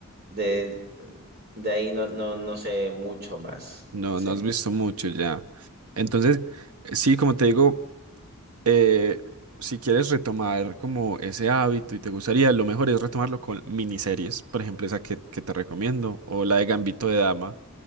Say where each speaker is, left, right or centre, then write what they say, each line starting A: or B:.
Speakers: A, on the right (about 45°); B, on the right (about 80°).
A: de, de ahí no, no, no sé mucho más.
B: No,
A: Sí.
B: no has visto mucho ya. Entonces, sí, como te digo. eh, si quieres retomar como ese hábito y te gustaría, lo mejor es retomarlo con miniseries, por ejemplo, esa que, que te recomiendo, o la de Gambito de Dama,